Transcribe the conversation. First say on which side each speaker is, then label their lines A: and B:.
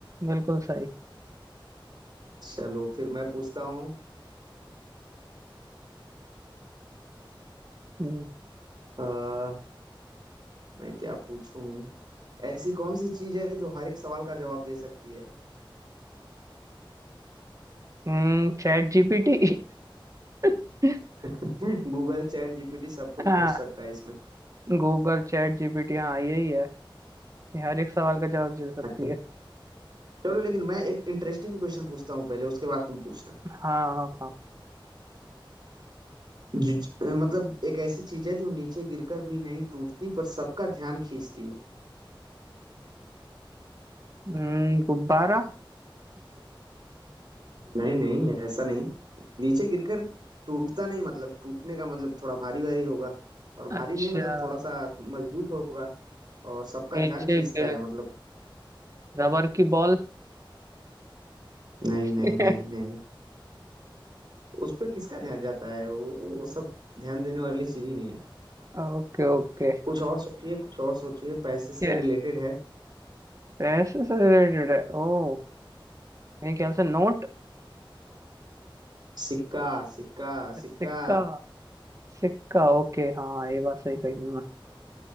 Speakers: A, on the right; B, on the right.
A: बिल्कुल सही
B: चलो फिर मैं पूछता हूँ
A: हम्म
B: आ, मैं क्या पूछूं ऐसी कौन सी चीज है जो हर एक सवाल का जवाब दे सकती है
A: हम्म चैट जीपीटी <laughs>
B: <laughs> गूगल चैट जीपीटी सब कुछ
A: हाँ
B: सोच सकता है इसमें
A: गूगल चैट जीपीटी हाँ यही है ये हर एक सवाल का जवाब दे सकती
B: अच्छा
A: है
B: चलो लेकिन मैं एक इंटरेस्टिंग क्वेश्चन पूछता हूँ पहले उसके बाद तुम पूछना
A: हाँ हाँ हाँ
B: जी जी। अ, मतलब एक ऐसी चीज है जो नीचे गिरकर भी नहीं टूटती पर सबका ध्यान खींचती है
A: हम्म, गुब्बारा
B: नहीं नहीं ऐसा नहीं नीचे गिरकर टूटता नहीं मतलब टूटने का मतलब थोड़ा भारी भारी होगा और
A: अच्छा
B: भारी नहीं मतलब थोड़ा सा मजबूत होगा और सबका
A: नीचे
B: ध्यान खींचता
A: गिर
B: है मतलब
A: रबर की बॉल
B: नहीं
A: <laughs>
B: नहीं नहीं नहीं उस पर किसका ध्यान जाता है वो वो सब ध्यान देने वाली चीज ही नहीं है
A: Okay okay
B: कुछ और सोचिए कुछ और सोचिए पैसे से
A: क्या
B: रिलेटेड है
A: पैसे से रिलेटेड है ओ मेरे ख्याल से नोट
B: सिक्का सिक्का सिक्का
A: सिक्का सिक्का ओके हाँ ये बात सही कही तुमने